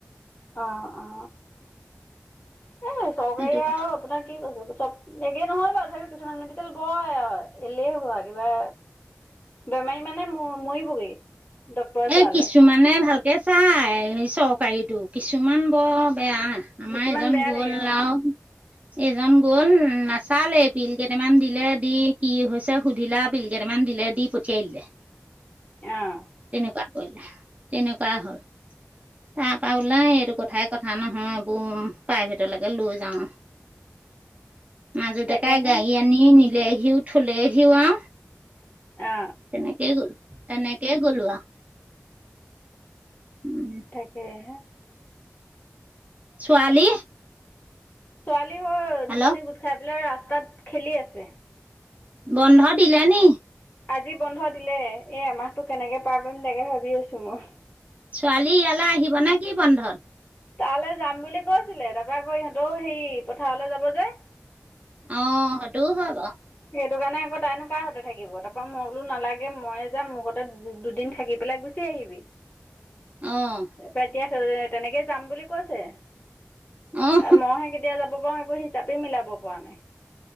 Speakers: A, on the left (about 40°); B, on the right (about 30°).
A: অ অ এ চৰকাৰী
B: সেইটো
A: আৰু আপোনাক কি কৈছে চব একে নহয় বাৰু তথাপি কিছুমান মেডিকেল বৰ এ এলেহুৱা কিবা বেমাৰী মানে ম মৰিবগৈ ডক্তৰে চোৱালে
B: এ কিছুমানে ভালকে চাই চৰকাৰীটো কিছুমান বৰ বেয়া। আমাৰ
A: কিছুমান
B: এজন
A: বেয়া
B: গ'ল
A: থাকে
B: আও।
A: <inaudible>
B: এইজন গ'ল নাচালেই পিল কেইটামান দিলে দি কি হৈছে সুধিলে আও পিল কেইটামান দিলে দি পঠিয়াই দিলে
A: অহ
B: এনেকোৱা কৰিলে তেনেকুৱা হ'ল। তাৰপা ওলাই এইতো কথাই কথা নহয় বোম প্ৰাইভেটলৈকে লৈ যাওঁ
A: <unintelligible>
B: মাজু
A: তাকেহে
B: ডেকাই গাড়ী আনি নিলেহিও থলেহিও আৱ
A: অ
B: তেনেকেই গল তেনেকেই গলো আও উম
A: তাকেহে
B: ছোৱালী
A: ছোৱালী হৈ
B: হেল্ল'
A: দুজনী গোট খাই পেলাই ৰাস্তাত খেলি আছে
B: বন্ধ দিলে নি?
A: আজি বন্ধ দিলে এ এমাহটো কেনেকে পাৰ কৰিম তাকে ভাবি আছো মই
B: ছোৱালী ইয়ালে আহিব নে কি বন্ধত?
A: তাৰলে যাম বুলি কৈছিলে তাপা আকৌ ইহঁত হেৰি পথাৰলৈ যাব যে
B: অ সেইটোও হয় বাঅ
A: সেইটো কাৰণে আকৌ তাইনো কাৰ হঁতে থাকিব, তাপা মই বোলো নালাগে মইয়ে যাম মোৰ গতে দুদিন থাকি পেলাই গু চি আহিবি
B: অ
A: এ এতিয়া তেনেকে যাম বুলি কৈছে
B: অ',
A: মইহে কে তিয়া যাব পাও সেইবোৰ হিচাপে মিলাব পৰা নাই